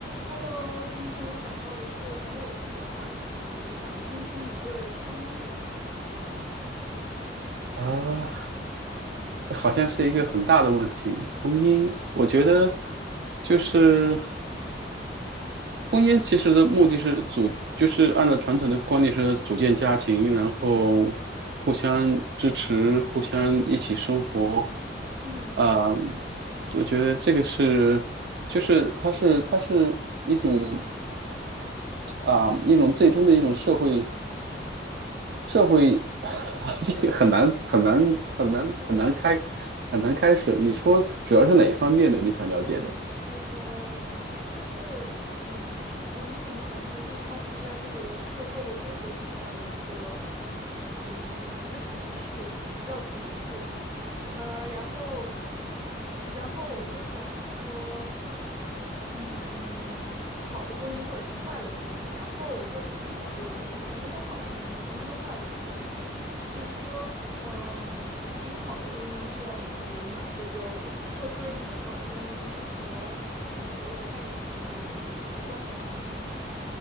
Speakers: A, on the right; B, on the right.
A: Hello，今天我想到了一个很有趣的话题，想听听你对婚姻的看法。
B: 啊，这好像是一个很大的问题。婚姻，我觉得就是婚姻，其实的目的是组，就是按照传统的观念是组建家庭，然后互相支持，
A: 嗯
B: 互相一起生活。
A: 嗯
B: 啊、我觉得这个是，就是它是它是一种啊、一种最终的一种社会。社会 <laughs> 这个很难很难很难很难开
A: o k
B: 很难开始。你说主要是哪一方面的你想了解的？
A: o k 就是，嗯，呃，你可能想说，就它是在这个社会的规则底下的一个，怎么说呢？一个程序，一道程序，呃，然后，然后我们都讲说。嗯，好的婚姻或者是坏的婚姻，然后我就在思考这个问题：什么是好的婚姻，什么是坏的婚姻？就是说，嗯，一个好的婚姻需要满足哪些标准，或者说一个好的婚姻它和我们所谓的爱情有很强的关联吗？